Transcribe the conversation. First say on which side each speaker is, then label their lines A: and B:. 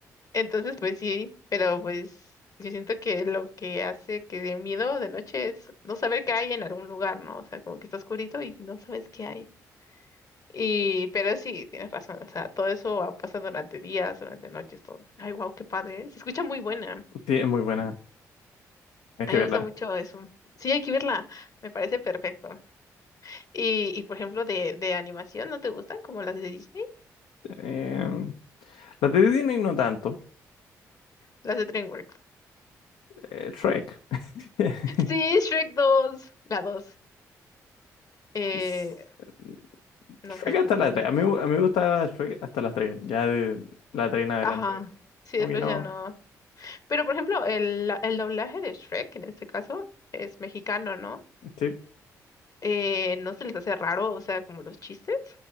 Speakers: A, on the left (about 45°); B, on the left (about 70°).
A: Entonces, pues sí, pero pues yo siento que lo que hace que dé miedo de noche es no saber qué hay en algún lugar, ¿no? O sea, como que está oscurito y no sabes qué hay. Y, pero sí, tienes razón, o sea, todo eso va- pasa durante días, durante noches, todo. Ay, wow, qué padre. ¿eh? Se escucha muy buena.
B: sí, es muy buena. Hay
A: A
B: que
A: mí
B: verla.
A: me gusta mucho eso. Sí, hay que verla. Me parece perfecto. Y, y por ejemplo, de, de animación, ¿no te gustan? Como las de Disney,
B: Em, Las de Disney no tanto.
A: las de DreamWorks.
B: Eh, Shrek. <laughs>
A: Sí, Shrek dos La dos Eh,
B: Es- mm,
A: no
B: Shrek
A: sé,
B: hasta
A: tú
B: la
A: cuéntame.
B: tres, A mí, a mí me gustaba Shrek hasta las tres, Ya de la 3 en adelante.
A: Ajá. Sí,
B: Como
A: después
B: que no.
A: ya no. Pero por ejemplo, el, la- el doblaje de Shrek en este caso es mexicano, ¿no?
B: Sí.
A: Eh, ¿no se les hace raro, o sea, como los chistes?